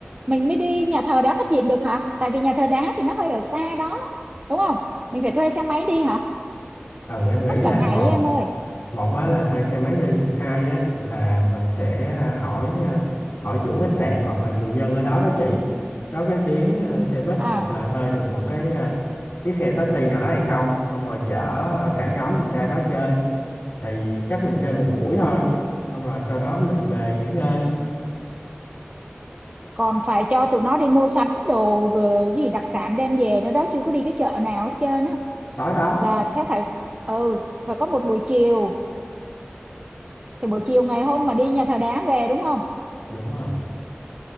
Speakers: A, on the right; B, on the left.
A: mình mới đi nhà thờ đá Phát Diệm được hả tại vì nhà thờ đá thì nó hơi ở xa đó đúng không mình phải thuê xe máy đi hả
B: ừ em nghĩ
A: mất
B: là
A: cả ngày
B: một
A: ấy, em ơi
B: một á là thuê xe máy đi hai á là mình sẽ hỏi hỏi chủ khách sạn hoặc là người dân ở đó đó chị có cái tuyến ờ, xe buýt
A: à
B: hoặc là thuê được một cái ờ, chiếc xe taxi nào đó hay không xong rồi chở cả nhóm mình ra đó chơi thì chắc mình chơi một buổi thôi xong rồi sau đó mình về nghỉ ngơi
A: còn phải cho tụi nó đi mua sắm đồ gờ, gì đặc sản đem về nữa đó chưa có đi cái chợ nào hết trơn á
B: tối đó
A: là sẽ phải ừ phải có một buổi chiều thì buổi chiều ngày hôm mà đi nhà thờ đá về đúng không
B: đúng rồi